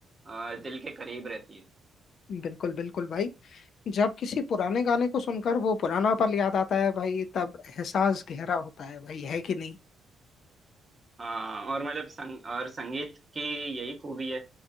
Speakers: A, on the right (about 25°); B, on the left (about 65°).
A: अ, दिल के करीब रहती है
B: बिल्कुल बिल्कुल भाई जब किसी पुराने गाने को सुनकर वो पुराना पल याद आता है भाई तब एहसास गहरा होता है भाई है कि नहीं
A: हाँ और मतलब संग और संगीत की यही खूबी है